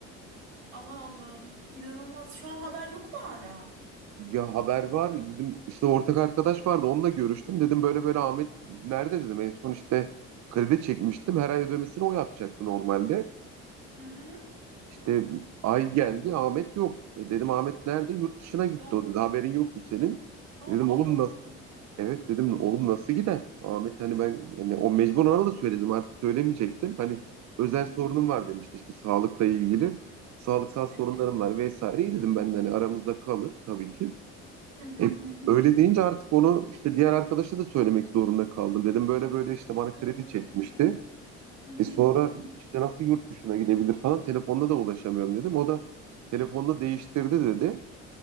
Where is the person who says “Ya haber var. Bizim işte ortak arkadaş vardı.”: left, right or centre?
Right